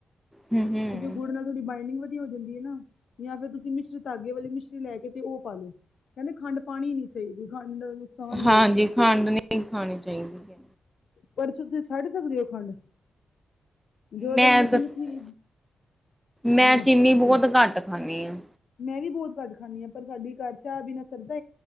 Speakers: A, in the centre; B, on the left.
A: ਹਂ, ਹਂ
B: ਗੁੜ ਨਾਲ ਤੁਹਾਡੀ ਬਾਈੰਡਿੰਗ ਵਧੀਆ ਹੋ ਜਾਂਦੀ ਹੈ ਨਾ ਜਾਂ ਫਿਰ ਤੁਸੀਂ ਮਿਸ਼ਰੀ ਤਾਗੇ ਵਾਲੀ ਮਿਸ਼ਰੀ ਲੈ ਕੇ ਤੇ ਉਹ ਪਾਲੋ। ਕਹਿੰਦੇ ਖੰਡ ਪਾਣੀ ਨੀ ਚਾਹੀਦੀ, ਖੰਡ ਨੁਕਸਾਨ
A: ਹਾਂਜੀ,
B: ਬਹੁਤ ਨੇ
A: ਖੰਡ ਨਈਂ ਖਾਣੀ ਚਾਹੀਦੀ।
B: ਪਰ <unintelligible> ਛੱਡ ਸਕਦੇ ਹੋ ਖੰਡ ਜਦੋਂ
A: ਮੈਂ
B: ਤੱਕ ਅਸੀਂ
A: ਦਸਾ,
B: ਮਿੱਠੀ
A: ਮੈਂ
B: ਹਾਂਜੀ
A: ਚੀਨੀ ਬਹੁਤ ਘੱਟ ਖਾਂਦੀ ਆਂ।
B: ਮੈਂ ਵੀ ਬਹੁਤ ਘੱਟ ਖਾਂਣੀ ਆਂ ਪਰ ਸਾਡੀ ਘਰ ਚਾਹ ਬਿਨਾਂ ਸਰਦਾ।